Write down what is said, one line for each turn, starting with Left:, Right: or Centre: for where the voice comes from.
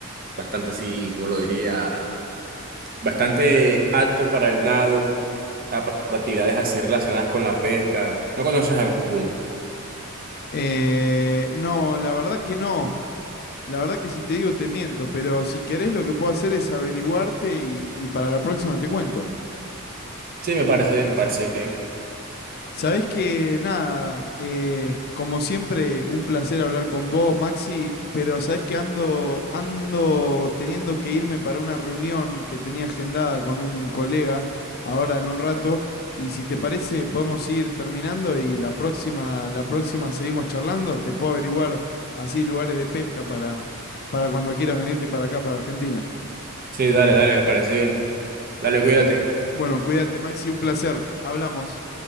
Right: bastante así, como lo diría, bastante apto para el nado, o sea, pa- para actividades así relacionadas con la pesca. ¿No conoces alguno?
Left: Eh, no, la verdad que no. La verdad que si te digo te miento, pero si querés lo que puedo hacer es averiguarte y, y para la próxima te cuento.
Right: Sí, me parece bien, me parece bien.
Left: Sabés que nada, eh, como siempre, un placer hablar con vos, Maxi, pero sabés que ando, ando teniendo que irme para una reunión que tenía agendada con un colega ahora en un rato, y si te parece podemos ir terminando y la próxima, la próxima seguimos charlando, te puedo averiguar así lugares de pesca para, para cuando quieras venirte para acá, para Argentina.
Right: Sí, dale, dale, me parece bien. Dale, cuídate.
Left: Bueno, cuídate, Maxi, un placer. Hablamos.